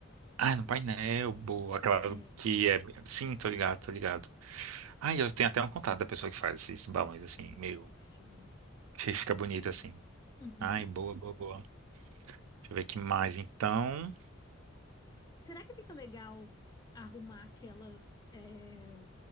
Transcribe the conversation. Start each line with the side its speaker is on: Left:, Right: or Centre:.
Right: Ah, no painel, boa. Aquelas
Left: É,
Right: que é. Sim, tô ligado, tô ligado. Ah, eu tenho até um contato da pessoa que faz esses balões assim, meio. <laughs>
Left: show.
Right: Que fica bonito assim.
Left: Uhum.
Right: Ai, boa, boa, boa. Deixa eu ver que mais. Então.
Left: Será que fica legal arrumar aquelas, eh,